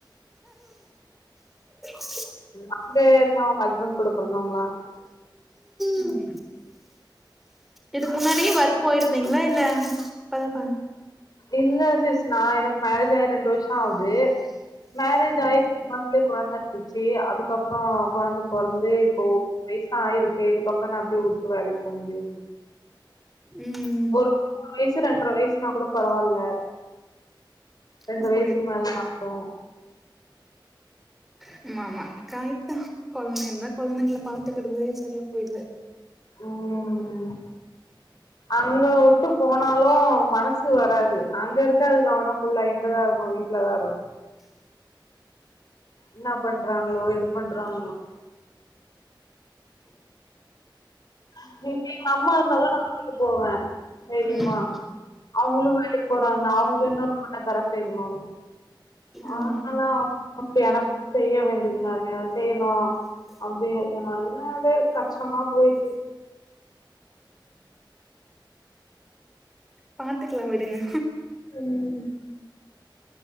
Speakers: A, in the centre; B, on the left.
A: ஆ
B: அங்க என்ன உங்க ஹஸ்பண்ட் கூட பொறந்தவுங்களா
A: ம் இதுக்கு முன்னாடி ஒர்க் போயிருந்தீங்களா இல்ல இப்பதா
B: இல்ல சிஸ் நா எனக்கு மேரேஜ் ஆயி ரெண்டு வருஷோ ஆவுது மேரேஜ் ஆயி ஒரு மாசத்துலயே கொழந்த வந்துருச்சு அதுக்கப்புறோ கொழந்த பொறந்து இப்போ வயசு ஆயிருக்கே இதுக்கப்புறோ நா எப்டி வுட்டு வேலைக்கு போக முடியு
A: ம்
B: ஒரு மூணு வயசு ரெண்ட்ர வயசுனா கூட பரவால்ல ரெண்டு
A: ம்
B: வயசுக்கு
A: போயி
B: மேலனா ஓஹோ
A: ஆமா ஆமா கரெட்டுதா கொழந்தைங்க இருந்தா கொழந்தைங்க பாத் த்துக்கடதே சரியா போயிடுது
B: ம் அங்க வுட்டு போனாலு மனசு வராது அங்க இருக்காது கவனோ ஃபுல்லா இங்கதா இருக்கு வீட் டிலதா இருக்கு என்ன பண்றாங்களோ ஏது பண்றாங்களோ இன்னைக்கி எங்க அம்மா இருந்தாலு நா விட்டுட்டு போவே தைரியமா
A: ம்
B: அவங்களு வேலைக்கு போறாங்க அவங்களு இன்னொரு பொண்ண கர சேக்கணு
A: ஆமா
B: ஆனாலா <inaudible> எனக்கு செய்ய வேண்டியதுலா இருக்க செய்யணு அப்டியெல்லாமேவே கஷ்டமா போயிட்டு இருக்கு
A: பாத்துக்கலா விடுங்க
B: ம்